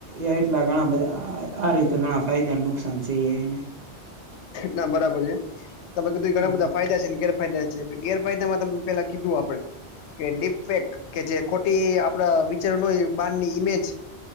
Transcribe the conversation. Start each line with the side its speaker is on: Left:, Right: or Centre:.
Right: એ એટલા ઘણા બધા આરે ઘણા ફાયદા નુકસાન છે એ એના.
Left: ના બરાબર છે તમે કીધું ઘણા
Right: હમ
Left: બધા
Right: હમ
Left: ફાયદા છે ને કે ઘેરફાયદા છે ગેરફાયદામાં તમે પેલા કીધું આપડે કે ડીપેક કે જે ખોટી આપડા વિચાર બારની ઈમેજ